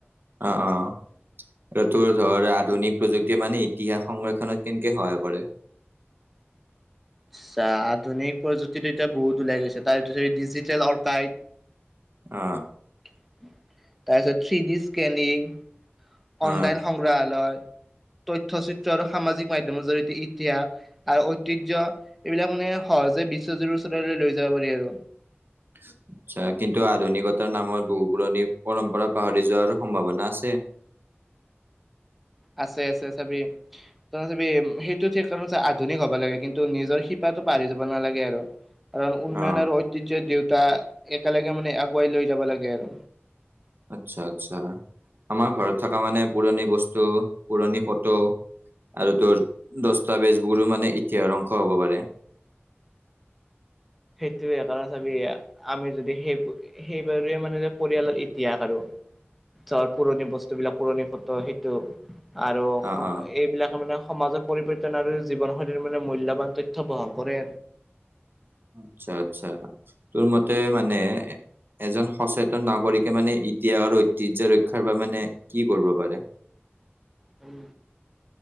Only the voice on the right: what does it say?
অ অ এ তোৰ ধৰ আধুনিক প্ৰযুক্তি মানে ইতিহাস সংৰক্ষণত কেনেকে সহায় কৰে।
অহ
অ
<inaudible> আচ্ছা কিন্তু আধুনিকতাৰ নামত বহু পুৰণি পৰম্পৰা পাহৰি যোৱাৰ সম্ভাৱনা আছে। <inaudible>
অ
আচ্ছা আচ্ছা। আমাৰ ঘৰত থকা মানে পুৰণি বস্তু পুৰণি ফটো আৰু তোৰ দস্তাবেজবোৰো মানে ইতিহাসৰ অংশ হ'ব পাৰে। <inaudible>
<inaudible>
অ অ
আচ্ছা আচ্ছা তোৰ মতে মানে এজন সচেতন নাগৰিকে মানে ইতিহাসৰ ঐতিহ্য ৰক্ষাৰ বাবে মানে কি কৰিব পাৰে। <inaudible>